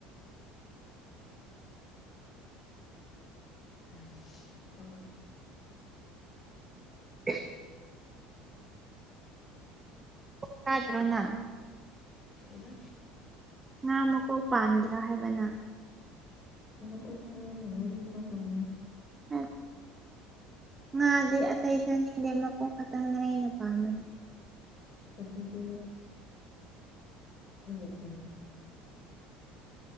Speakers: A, on the right; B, on the left.
A: <unintelligible>
B: ꯑ ꯎꯝ
A: <unintelligible> ꯆꯗ꯭ꯔꯣꯅ
B: ꯏꯕ
A: ꯉꯥ ꯃꯀꯣꯛ ꯄꯥꯝꯗ꯭ꯔꯥ ꯍꯥꯏꯕꯅ
B: ꯑ ꯀꯦꯔꯤ ꯍꯕꯅꯤ
A: ꯎꯝ ꯉꯥꯗꯤ ꯑꯇꯩ ꯆꯥꯅꯤꯡꯗꯦ ꯃꯀꯣꯛ ꯈꯛꯇꯪꯅ ꯑꯩꯅ ꯄꯥꯝꯕꯅꯤ
B: ꯑ ꯄꯠꯇꯣ <unintelligible>